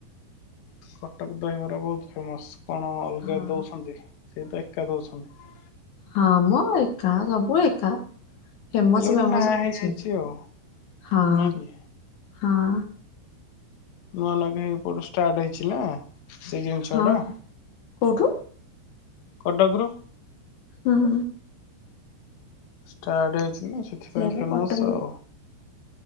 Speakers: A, on the left; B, on the left.
A: କଟକ ଦହିବରା ବହୁତ ଫେମସ କଣ ଅଲଗା
B: ହଁ
A: ଦଉଛନ୍ତି? ସେଇ ତ ଏକା ଦଉଛନ୍ତି।
B: ହଁ ମ ଏକା ସବୁ ଏକା। ଫେମସ୍
A: ହେଲେ ଗୋଟେ
B: ବେମସ
A: ନାଁ ହେଇଯାଇଛି
B: କିଛି ନାଇଁ
A: ଆଉ
B: ହଁ
A: ନାଇଁ କି?
B: ହଁ।
A: ନୂଆ ଲଗ୍ ଆଇପଡ ଷ୍ଟ୍ରାଟ ହେଇଚି। ଛି ନା ସେ ଜିନିଷ
B: ହଁ
A: ଟା।
B: କୋଉଠୁ
A: କଟକ ରୁ।
B: ହୁଁ ହୁଁ ହୁଁ।
A: ଷ୍ଟ୍ରାଟ୍ ହେଇଚି ନା ସେଥିପାଇଁ
B: ସେଇଆ ବା
A: ଫେମସ୍
B: କଟକ
A: ଆଉ।